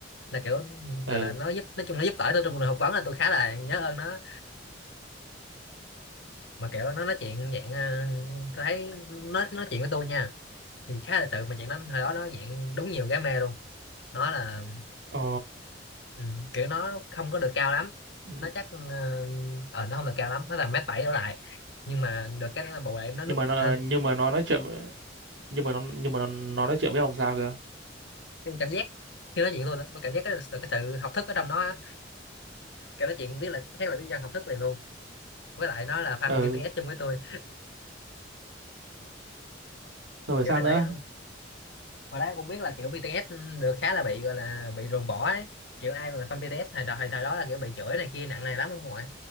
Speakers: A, on the left; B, on the right.
A: là kiểu gọi
B: ừ
A: là nó giúp nói chung nó giúp đỡ tôi trong cuộc phỏng vấn là tôi khá là nhớ ơn nó mà kiểu nó nói chuyện dạng ờ, tôi thấy nó nói chuyện với tôi nha thì khá là sự mà chuyện nó hồi đó nó dạng đúng nhiều gái mê luôn nó là
B: Ồ,
A: ừ, kiểu nó không có được cao lắm
B: Ừ,
A: nó chắc ờ ờ, nó không được cao lắm nó là mét bảy đổ lại nhưng mà được cái nó là bù lại nó
B: nhưng
A: nước
B: mà nó
A: thơm
B: nhưng mà nó nói chuyện nhưng mà nó nhưng mà nó, nó nói chuyện với ông sao cơ
A: Cái cảm giác khi nói chuyện với tôi đó, tôi cảm giác cái, được cái sự học thức ở trong nó á. kiểu nói chuyện biết là khác là biết dân học thức liền luôn với lại nó là fan
B: ừ
A: BTS chung với tôi
B: xong rồi
A: kiểu
B: phải sao
A: hồi
B: nữa
A: đấy hồi đấy em cũng biết là kiểu BTS được khá là bị gọi là bị ruồng bỏ ấy kiểu ai mà là fan BTS thời thời thời đó là kiểu bị chửi này kia nặng này lắm ông ngoại